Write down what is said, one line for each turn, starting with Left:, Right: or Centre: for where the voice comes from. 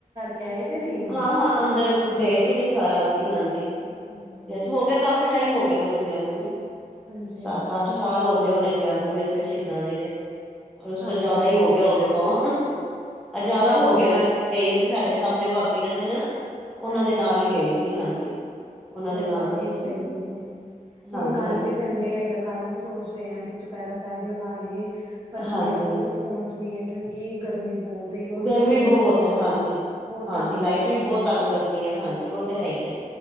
Right: ਕੈਜੇ ਨਹੀਂ
Centre: ਹਾਂ, ਹਾਂ, ਅੰਦਰ ਗਏ ਸੀਗੇ ਸਾਰਾ, ਅਸੀਂ ਹਾਂਜੀ
Right: ਅੱਛਾ ਜੀ।
Centre: ਜੈਸ ਹੋ ਗਿਆ। ਕਾਫੀ ਟਾਈਮ ਹੋ ਗਿਆ। ਮੈਨੂੰ ਗਿਆ ਨੂੰ ਵੀ
Right: ਹਾਂਜੀ-ਹਾਂਜੀ,
Centre: ਸੱਤ ਅੱਠ ਸਾਲ ਹੋ ਗਏ ਹੋਣੇੇ ਗਿਆ ਨੂੰ ਉੱਥੇ ਸ਼ਹੀਦਾਂ ਜੀ ਦੇ ਉਸ
Right: ਹਾਂਜੀ-ਹਾਂਜੀ
Centre: ਤੋਂ ਜ਼ਿਆਦਾ ਹੀ ਹੋ ਗਿਆ ਹੋਵੇ ਭਵਾਂ, ਜ਼ਿਆਦਾ
Right: ਬਿਲਕੁਲ,
Centre: ਹੋ ਗਿਆ, ਮੈਂ ਗਈ ਸੀ ਸਾਡੇ ਸਾਹਮਣੇ ਭਾਬੀ ਰਹਿੰਦੇ ਨੇ ਨਾ ਉਹਨਾਂ
Right: ਹਾਂਜੀ-ਹਾਂਜੀ।
Centre: ਦੇ ਨਾਲ ਹੀ ਗਈ ਸੀ। ਹਾਂਜੀ, ਉਹਨਾਂ
Right: ਚਲੋ
Centre: ਦੇ ਨਾਲ
Right: ਆ
Centre: ਗਏ
Right: ਵੀ
Centre: ਸੀ
Right: ਸਹੀ ਹੈ,
Centre: ਹਾਂਜੀ
Right: ਹੁਣ ਕੱਲ
Centre: ਹਾਂਜੀ
Right: ਵੀ ਸੰਡੇ ਹੈਗਾ। ਕੱਲ ਵੀ ਸੋਚ ਰਹੇ ਆਂ। ਕਿ ਚੁਪਹਿਰਾ ਸਾਹਿਬ ਲਗਾ ਲਈਏ, ਪਰ
Centre: ਹਾਂਜੀ
Right: ਹਲੇੇ ਕੋਈ
Centre: ਹਾਂਜੀ
Right: ਰਿਸੁ ਪਹੁੰਚਣੀ ਹੈ, ਕਿਉਂਕਿ ਗਰਮੀ ਬਹੁਤ ਏ ਔਰ
Centre: ਗਰਮੀ
Right: ਦੂਸਰਾ
Centre: ਬਹੁਤ
Right: ਲਾਈਟ
Centre: ਹੈ, ਹਾਂਜੀ,
Right: ਬਹੁਤ
Centre: ਹਾਂਜੀ,
Right: ਤੰਗ
Centre: ਲਾਈਟ
Right: ਕਰ
Centre: ਵੀ
Right: ਰਹੀ
Centre: ਬਹੁਤ
Right: ਏ।
Centre: ਤੰਗ ਕਰਦੀ ਹੈ। ਹਾਂਜੀ ਉਹ ਤਾਂ ਹੈ ਹੀ ਏ।